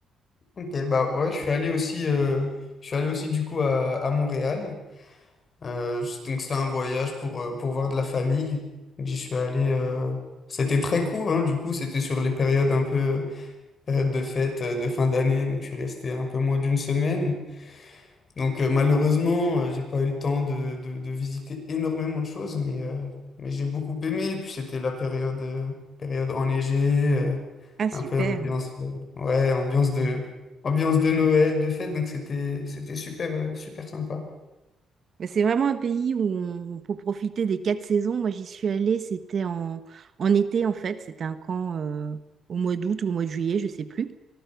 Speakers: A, on the left (about 45°); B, on the right (about 50°).
A: Ok, bah ouais, je suis allé aussi, euh, je suis allé aussi du coup à, à Montréal. Euh, c- donc c'était un voyage pour, euh, pour voir de la famille. Donc, J'y suis allé. euh, C'était très court, hein, du coup, c'était sur les périodes un peu période de fête, euh, de fin d'année. Donc je suis resté un peu moins d'une semaine. Donc euh, malheureusement, euh, j'ai pas eu le temps de, de, de visiter énormément de choses, mais, euh, mais j'ai beaucoup aimé. Puis c'était la période, euh, période enneigée. euh,
B: Ah, super.
A: un peu ambiance, euh, ouais, ambiance de, ambiance de Noël, de fête, donc c'était, c'était super, euh, super sympa.
B: Mais C'est vraiment un pays où on on peut profiter des quatre saisons. Moi, j'y suis allée, c'était en, en été en fait. C'était un camp euh, au mois d'août ou au mois de juillet, je sais plus.